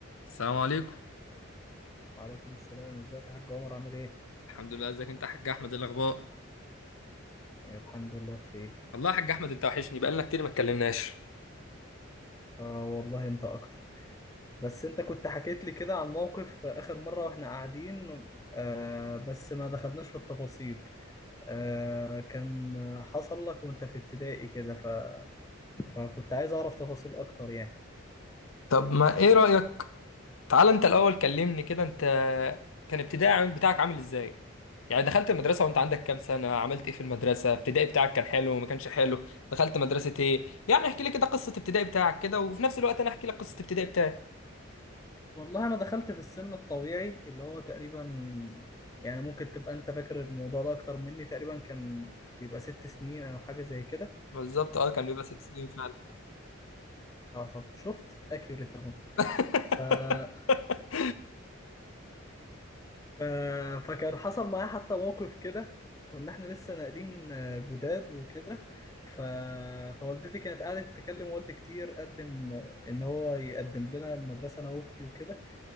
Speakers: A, on the left; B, on the left.
A: السلام عليكم
B: وعليكم السلام ازيك يا حاج عمر عامل ايه؟
A: الحمد لله ازيك انت يا حاج احمد إيه الاخبار
B: آه، الحمد لله بخير
A: والله يا حاج احمد انت وحشني بقالنا كتير ما اتكلمناش
B: آه والله انت اكتر بس انت كنت حكيت لي كده عن موقف آه، اخر مرة واحنا قاعدين آه بس ما دخلناش في التفاصيل آه كان آه، حصل لك وانت في ابتدائي كده ف... فكنت عايز اعرف تفاصيل اكتر يعني
A: طب ما ايه رأيك تعال انت الاول كلمني كده انت كان ابتدائي عامل- بتاعك عامل ازاي يعني دخلت المدرسة وانت عندك كام سنة عملت ايه في المدرسة ابتدائي بتاعك كان حلو ما كانش حلو دخلت مدرسة ايه يعني احكي لي كده قصة ابتدائي بتاعك كده وفي نفس الوقت انا احكي لك قصة ابتدائي بتاعي
B: والله انا دخلت في السن الطبيعي اللي هو تقريبا يعني ممكن تبقى انت فاكر الموضوع ده اكتر مني تقريبا كان بيبقى ست سنين او حاجة زي كده
A: بالظبط اه كان بيبقى ست سنين فعلا
B: اه طب شفت اكيوريت
A: <laughs>
B: اهو ف- فكان حصل معايا حتى موقف كده كنا احنا لسه ناقلين آه، جداد وكده ف... فوالدتي كانت قعدت تكلم والدي كتير قدم آه، ان هو يقدم لنا المدرسه انا واختي وكده